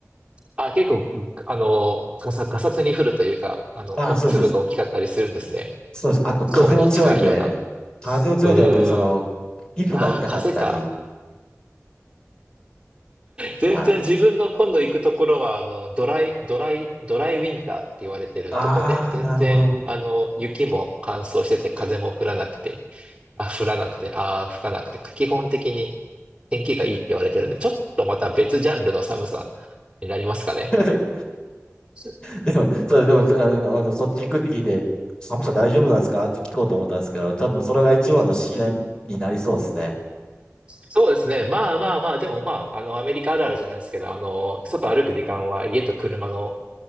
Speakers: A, on the right; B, on the left.
A: あ、結構、あの、ガサ、ガサツに降るというか、あの、
B: あ、
A: お粒が大きかったりするんですね。
B: そうです、そうです。そうです。あと風も強いんで、
A: ひょうに近いような。
B: 風も強いんで、
A: う
B: やっぱりその、
A: ーん。
B: 皮膚が痛かったり。
A: うわあ、風か。全然自分の今度行くところは、
B: はい。
A: あの、ドライ、ドライ、ドライウィンターって言われてるとこで、
B: ああ、
A: 全然、
B: なるほど。
A: あの、雪も乾燥してて、風も降らなくて、あ、降らなくて、あー、吹かなくて、基本的に天気がいいって言われてるんで、ちょっとまた別ジャンルの寒さになりますかね。
B: <laughs> <laughs>
A: そ
B: でも、そう、でも、あの、あのそっち行くって聞いて、寒さ大丈夫なんですかって聞こうと思ったんですけど、多分それが一番の試練になりそうですね。
A: そうですね。まあまあまあ、でもまあ、あの、アメリカあるあるじゃないですけど、あの、外歩く時間は家と車の